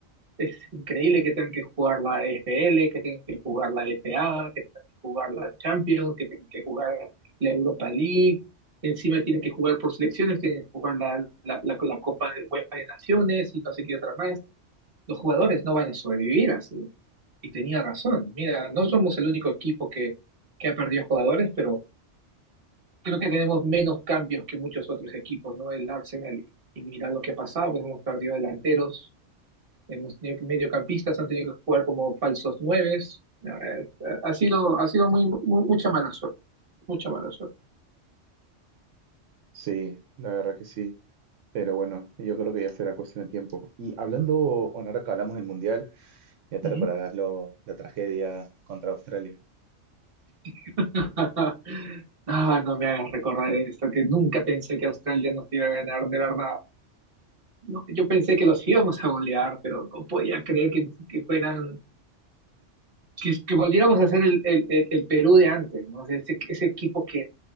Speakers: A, on the right; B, on the right.
A: es increíble que tengan que jugar la EFL, que tengan que jugar la FA, que tengan que jugar la Champions, que tengan que jugar la Europa League. Encima tienen que jugar por selecciones, tienen que jugar la, la, la, la Copa de UEFA de Naciones y no sé qué otra más. Los jugadores no van a sobrevivir así. Y tenía razón. Mira, no somos el único equipo que, que ha perdido jugadores, pero creo que tenemos menos cambios que muchos otros equipos, ¿no? El Arsenal. Y mira lo que ha pasado, pues hemos perdido delanteros, hemos tenido mediocampistas han tenido que jugar como falsos nueves. Eh, Ha sido, ha sido muy, mu- mucha mala suerte, mucha mala suerte.
B: Sí, la verdad que sí. Pero bueno, yo creo que ya será cuestión de tiempo. Y hablando, bueno, ahora que hablamos del Mundial, ya te
A: Ujú.
B: recordarás lo, la tragedia contra Australia.
A: <laughs> Ah, no me hagas recordar esto, que nunca pensé que Australia nos iba a ganar, de verdad. No, yo pensé que los íbamos a golear, pero no podía creer que, que fueran, que, que volviéramos a ser el, el, el- el Perú de antes, ¿no? O sea, ese, ese equipo que,